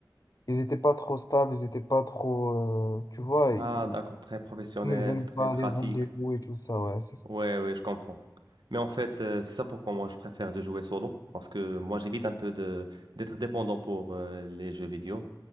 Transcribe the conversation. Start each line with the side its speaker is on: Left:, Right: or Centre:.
Left: ils étaient pas trop stables, ils étaient pas trop, euh, tu vois,
Right: Ah,
Left: ils
Right: d'accord. Très professionnel,
Left: ne venaient
Right: très
Left: pas
Right: pratique.
Left: à des rendez-vous et tout ça, ouais, c'est
Right: Ouais, ouais, je comprends. Mais en fait, euh, c'est ça pourquoi moi je préfère de jouer solo. Parce que moi, j'évite un peu de d'être dépendant pour euh, les jeux vidéo.